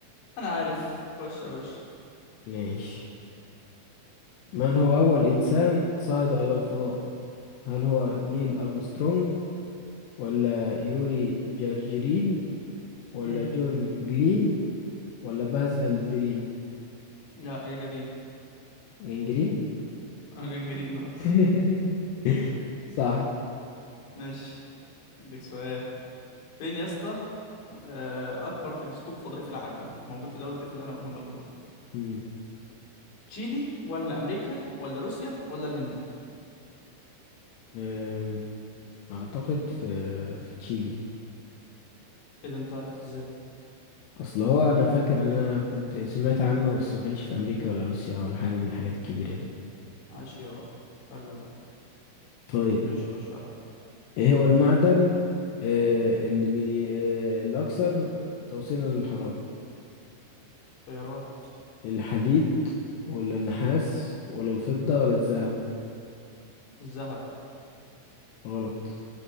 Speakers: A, on the left; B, on the left.
A: انا عارف خش يا باشا
B: ماشي من هو أول إنسان صعد إلى الفضاء هل هو نيل أرمسترونج ولا يوري جارجرين ولا
A: مم.
B: جون جلين ولا باز ألدرين
A: لا جاجارين
B: جنجرين
A: اه جنجرين اه
B: <laughs> صح
A: <laughs> ماشي اديك سؤال فين يا اسطى آه، اكبر تلسكوب فضائي في العالم موجود في دولة ايه في اللي انا هقولهم لك دول
B: مم.
A: تشيلي ولا امريكا ولا روسيا ولا الهند
B: أم، أعتقد في في تشيلي
A: ايه ده انت عرفت ازاي
B: أصل هو أنا فاكر إن أنا كنت سمعت عنه بس ما كانش في أمريكا ولا روسيا ولا حاجة من الحاجات الكبيرة دي
A: عاش يا حلو ده
B: طيب
A: ماشي خش عليا
B: ايه هو المعدن آه، اللي بي آه، الأكثر توصيلا للحرارة
A: خيارات
B: الحديد ولا النحاس ولا الفضة ولا الذهب
A: الذهب
B: غلط